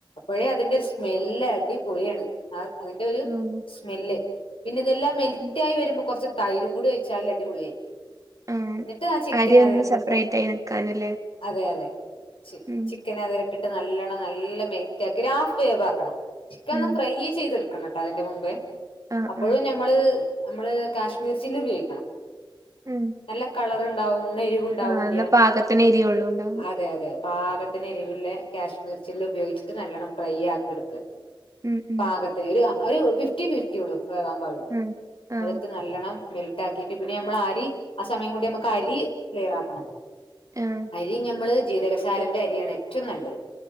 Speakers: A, on the left; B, on the right.
A: അപ്പഴേ അതിന്റെ ഒരു സ്മെല്ല് അടി പൊളിയാണ്. ആ അതിന്റെ ഒരു
B: ആഹ്
A: സ്മെല്ല്. പിന്നെ ഇതെല്ലാം മെൽറ്റായി
B: ഉം
A: വരുമ്പോ കുറച്ച് തൈരും കൂടി ഒഴിച്ചാൽ അടിപൊളിയായി.
B: ആഹ്
A: എന്നിട്ട് ആ ചിക്കനതിലിട്ട്
B: അരി ഒന്ന് സെപ്പറേറ്റ്
A: ഫ്രൈ
B: ആയി നിക്കാനല്ലേ
A: അതെ അതെ ചി
B: ഉം
A: ചിക്കൻ അതിലിട്ടിട്ട് നല്ലോണം നല്ല മെൽറ്റാക്കി ഹാഫ് വേവ് ആക്കണം. ചിക്കൻ
B: ഉം
A: ഒന്ന് ഫ്രൈ ചെയ്തെടുക്കണം. കേട്ടോ അതിന്റെ മുമ്പേ.
B: ആഹ്
A: അപ്പോഴും
B: ആഹ്
A: ഞമ്മള്. നമ്മള് കാശ്മീർ ചില്ലി ഉപയോഗിക്കണം.
B: ഉം
A: നല്ല കളറുണ്ടാവും. എന്നാ എരിവ് ഉണ്ടാവൂഇല്ല.
B: ആഹ് എന്നാ പാകത്തിന് എരിയൊള്ളൂ ഉണ്ടാവും
A: അതെ അതെതെ. പാകത്തിന് എരിവില്ല കാശ്മീർ ചില്ലി ഉപയോഗിച്ചിട്ട് നല്ലവണ്ണം ഫ്രൈ ആക്കി എടുക്ക.
B: ഉം ഉം
A: പാകത്തിന് ഒരു ഒരു ഫിഫ്റ്റി ഫിഫ്റ്റി ഉള്ളു വേകാൻ പാടുള്ളൂ.
B: ഉം ആഹ്
A: അകത്ത് നല്ലണം മെൽ റ്റാക്കിട്ട് പിന്നെ നമ്മൾ അരി ആ സമയം കൊണ്ട് നമുക്ക് അരി ക്ലിയറാക്കണം.
B: ആഹ് ആഹ്
A: അരി ഞമ്മള് ജീരകശാലന്റെ അരിയാണ് ഏറ്റവും നല്ലത്.